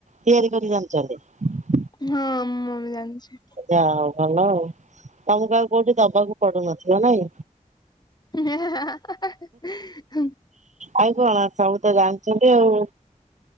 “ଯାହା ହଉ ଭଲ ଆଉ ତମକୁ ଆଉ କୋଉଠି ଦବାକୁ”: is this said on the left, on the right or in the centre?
Right